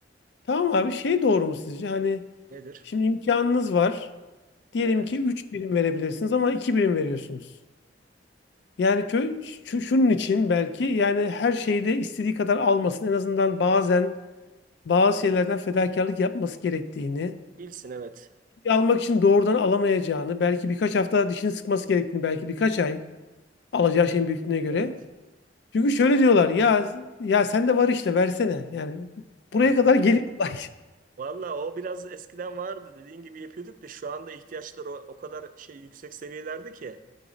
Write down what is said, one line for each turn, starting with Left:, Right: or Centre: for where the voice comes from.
Left: tamam abi şey doğru mu sizce? Hani
Right: Nedir?
Left: şimdi imkanınız var. Diyelim
Right: Evet.
Left: ki 3 birim verebilirsiniz ama 2 birim veriyorsunuz. Yani kö şu, şunun için belki yani her şeyde istediği kadar almasın. En azından bazen bazı şeylerden fedakarlık yapması gerektiğini,
Right: Bilsin evet.
Left: almak için doğrudan alamayacağını, belki birkaç hafta dişini sıkması gerektiğini, belki birkaç ay alacağı şeyin büyüklüğüne göre.
Right: Evet.
Left: Çünkü şöyle diyorlar ya ya sende var işte versene. Yani
Right: Evet.
Left: buraya kadar geliyor. <laughs> olay.
Right: Valla o biraz eskiden vardı dediğin gibi yapıyorduk da şu anda ihtiyaçlar o, o kadar şey yüksek seviyelerde ki